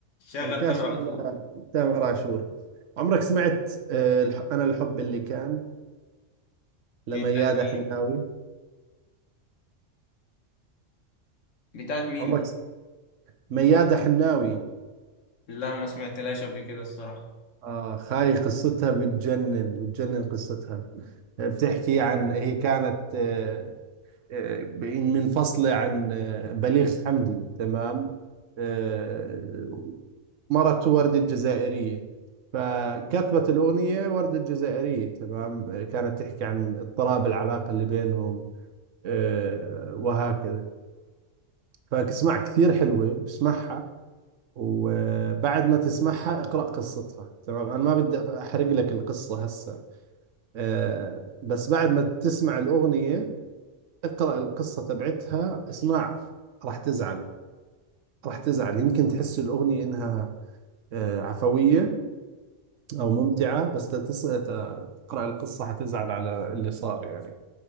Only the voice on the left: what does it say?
شغل
تامر
عاشور
دي بتاعت مين
بتاعت مين
دي
لا ما سمعتلهاش قبل كده الصراحة